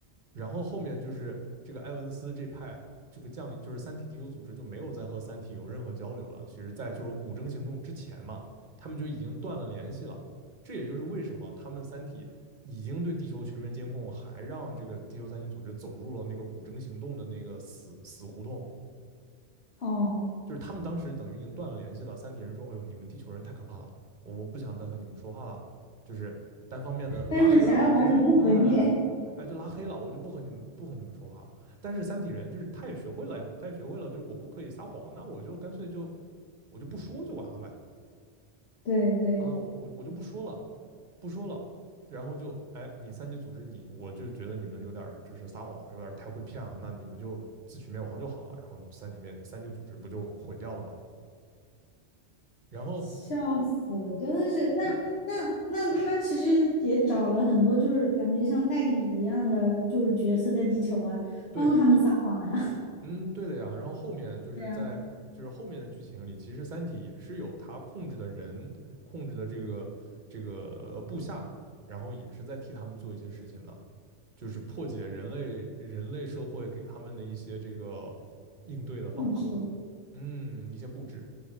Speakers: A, on the right (about 45°); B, on the left (about 65°).
A: 然后后面就是这个埃文斯这派这个将领，就是三体地球组织就没有再和三体有任何交流了。其实，在就是古筝行动之前嘛，他们就已经断了联系了。这也就是为什么他们三体已经对地球全面监控，还让这个地球三体组织走入了那个古筝行动的那个死死胡同。
B: 哦，
A: 就是他们当时等于已经断了联系了。三体人说：“哎呦，你们地球人太可怕了，我们不想再和你们说话了。”就是单方面的拉黑了，
B: 但是想要把你们毁灭，
A: 就是哎哎就拉黑了，我就不和你们不和你们说话了。但是三体人就是他也学会了呀，他也学会了，就是我不可以撒谎，那我就干脆就我就不说就完了呗。
B: 对对，
A: 啊，我我我就不说了，不说了。然后就哎，你三级组织你，我就觉得你们有点就是撒谎，有点太会骗了，那你们就自取灭亡就好了。然后三体面三级组织不就毁掉了吗？然后
B: 笑死，真的是。那那那他其实也找了很多，就是感觉像代理一样的，就是角色在地球啊，
A: 对，
B: 帮他们撒谎呀、
A: 嗯，对的呀。然后后面就是在就是后面的剧情里，
B: <laughs> 对呀、啊，
A: 其实三体也是有他控制的人，控制的这个这个呃部下，然后也是在替他们做一些事情的，就是破解人类人类社会给他们的一些这个应对的方法嘛。
B: 固执。
A: 嗯，一些布置。